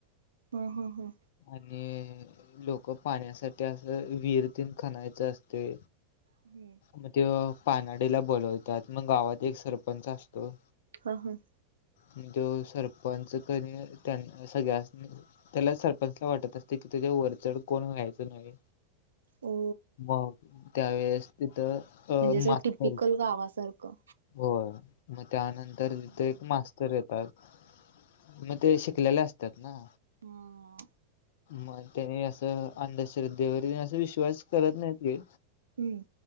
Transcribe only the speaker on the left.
आणि लोक पाण्यासाठी असं विरत्यानं खनायचं असते
मग त्यो पानाडीला बोलवतात मग गावात एक सरपंच असतो.
मग तो सरपंच की नाही सगळ्या त्याला सरपंचला वाटत असतय कि त्याच्या वरचड कोण व्हायचं नाही.
मग त्यावेेळेस तिथं अ
मास्तर
होय मग त्यानंतर तिथे
एक मास्तर येतात मग ते शिकलेले असतात ना
मग त्यानी असं अंधश्रद्धेवरील अस विश्वास करत नाही ते.